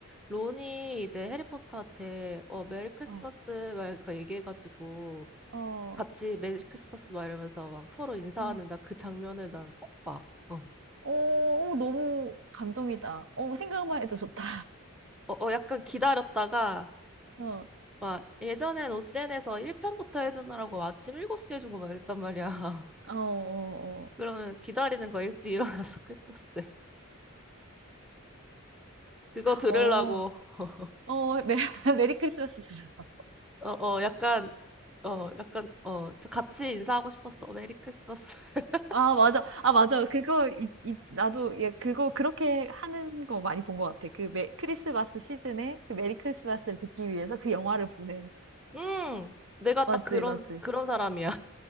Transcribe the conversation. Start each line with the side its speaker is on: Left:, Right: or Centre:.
Centre: 론이 이제 해리포터한테 어, 메리 크리스마스
Right: 어, 어,
Centre: 막 이렇게 얘기해가지고
Right: 어.
Centre: 같이 메리 크리스마스 막 이러면서 막 서로 인사하는
Right: 어,
Centre: 나 그 장면을 난 꼭 봐. 어.
Right: 어, 너무 감동이다. 어, 생각만 해도 좋다.
Centre: 어, 어, 약간 기다렸다가
Right: 어.
Centre: 막 예전엔 OCN에서 1편부터 해주느라고 아침 7시에 해준 거 막 이랬단 말이야. <laughs>
Right: 어, 어,
Centre: 그러면 기다리는 거 일찍 일어나서 크리스마스 때 그거 들으려고
Right: 어, 어,
Centre: <laughs>
Right: 어, 메, <laughs> 메리 크리스마스 보자.
Centre: 어, 어, 약간, 어, 약간, 어, 저 같이 인사하고 싶었어. 메리 크리스마스. <laughs>
Right: 아, 맞아. 아, 맞아. 그거, 이, 이, 나도, 예, 그거, 그렇게 하는 거 많이 본 것 같아. 그 메, 크리스마스 시즌에 그 메리 크리스마스를 듣기 위해서 그 영화를 보는.
Centre: 음, 내가
Right: 맞지,
Centre: 딱 그런,
Right: 맞지.
Centre: 그런 사람이야.